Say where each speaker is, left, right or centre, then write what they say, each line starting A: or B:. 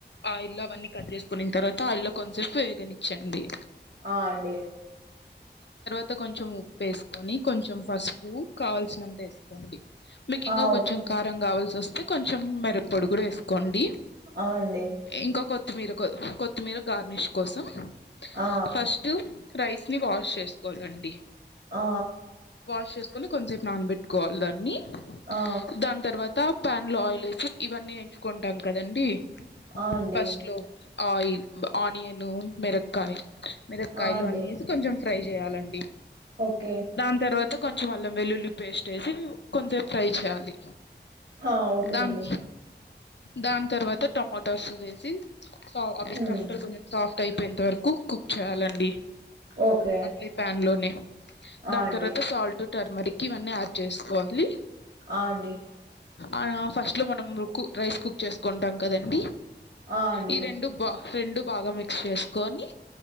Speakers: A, on the left (about 75°); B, on the right (about 70°).
A: ఆయిల్లో అవన్నీ కట్ చేసుకున్న తర్వాత ఆయిల్లో కొంతసేపు వేగనిచ్చండి
B: ఆ అండి
A: అ కొంచెం ఉప్పు వేసుకొని కొంచెం పసుపు కావాల్సినంత వేసుకోండి మీకు ఇంకా
B: ఆ!
A: కొంచెం
B: ఓకే.
A: కారం కావాల్సి వస్తే కొంచెం మిరప పొడి కూడా వేసుకోండి
B: అ అండి
A: ఇంకా కొత్తిమీర కొత్తిమీర గార్నిష్ కోసం
B: ఆ!
A: ఫస్ట్ రైస్ని వాష్ చేసుకోవాలండి
B: ఆ
A: వాష్ చేసుకొని కోన్ సేపు నానబెట్టుకోవాలి దాన్ని
B: ఆ!
A: దాని తర్వాత ప్యాన్లో ఆయిల్ వేసి ఇవన్నీ ఎంచుకుంటాం కదండి
B: ఆ అండి
A: ఫస్ట్ లో ఆయిల్ ఆనియను మిరకాయ మిరకాయలు
B: ఆ! అండి.
A: అని వేసి కొంచెం ఫ్రై చేయాలండి
B: ఓకే.
A: దాని తర్వాత కొంచెం అల్లం వెల్లుల్లి పేస్ట్ వేసి కొంత ఫ్రై చేయాలి
B: ఆ! ఓకే
A: దాన్
B: అండి.
A: దాని తర్వాత టమాటోస్ వేసి సో అవి
B: హ్మ్.
A: టమాటాలు కొంచెం సాఫ్ట్ అయిపోయేంత వరకు కుక్ చేయాలండి
B: ఓకే.
A: అట్లే ప్యాన్ లోనే
B: ఆ!
A: దాని
B: అండి.
A: తర్వాత సాల్ట్ టర్మరిక్ ఇవన్నీ యాడ్ చేసుకోవాలి
B: ఆ అండి
A: ఆ ఫస్ట్లో మనం కు రైస్ కుక్ చేసుకుంటాం కదండీ
B: ఆ! అండి.
A: ఈ రెండు బా రెండు బాగా మిక్స్ చేసుకొని